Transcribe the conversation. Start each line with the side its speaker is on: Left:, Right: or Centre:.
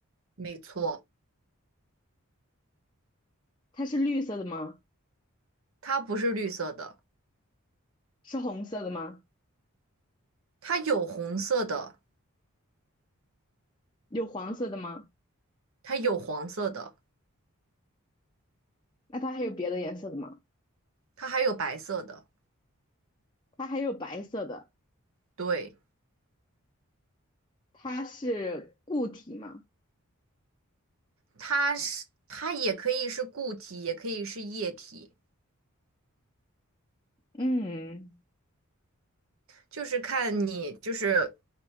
Right: 没错，
Left: 它是绿色的吗？
Right: 它不是绿色的。
Left: 是红色的吗？
Right: 它有红色的，
Left: 有黄色的吗？
Right: 它有黄色的，
Left: 那它还有别的颜色的吗？
Right: 它还有白色的。
Left: 它还有白色的。
Right: 对，
Left: 它是固体吗？
Right: 它是它也可以是固体，也可以是液体，
Left: 嗯
Right: 就是看你就是